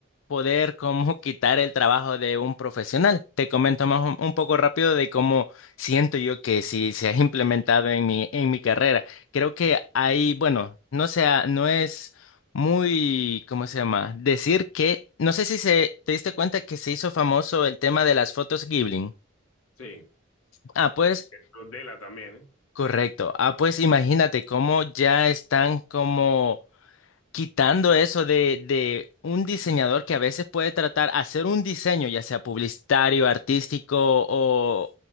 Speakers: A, on the left; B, on the left.
A: poder como <laughs> quitar el trabajo de un profesional. Te comento más un un poco rápido de cómo siento yo que si se ha implementado en mi, en mi carrera. Creo que hay, bueno, no sea, no es muy, ¿cómo se llama? Decir que, no sé si se, te diste cuenta que se hizo famoso el tema de las fotos Ghibli.
B: Sí,
A: Ah, pues,
B: es, es lo de la también, ¿eh?
A: correcto. Ah, pues imagínate cómo ya están como quitando eso de, de un diseñador que a veces puede tratar hacer un diseño, ya sea publicitario, artístico o,